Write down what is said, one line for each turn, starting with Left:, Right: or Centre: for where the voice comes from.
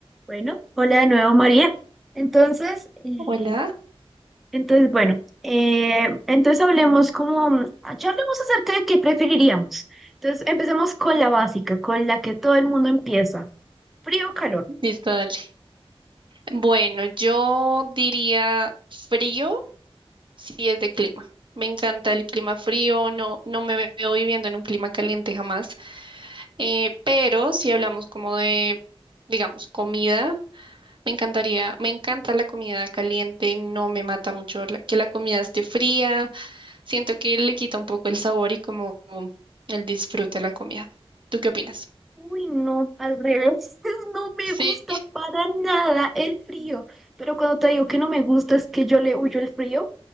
Centre: Bueno, hola de nuevo María. Entonces, eh,
Right: Hola,
Centre: entonces bueno, eh, entonces hablemos como, mm, charlemos acerca de qué preferiríamos. Entonces, empecemos con la básica, con la que todo el mundo empieza, frío o calor.
Right: listo, dale. Bueno, yo diría frío si es de clima. Me encanta el clima frío, no, no me veo viviendo en un clima caliente jamás. Eh, pero si hablamos como de, digamos, comida, me encantaría, me encanta la comida caliente, no me mata mucho la- que la comida esté fría. Siento que le quita un poco el sabor y como el disfrute de la comida. ¿Tú qué opinas?
Centre: Uy, no, al revés, <laughs> no me
Right: Sí,
Centre: gusta para nada el frío, pero cuando te digo que no me gusta es que yo le huyo el frío.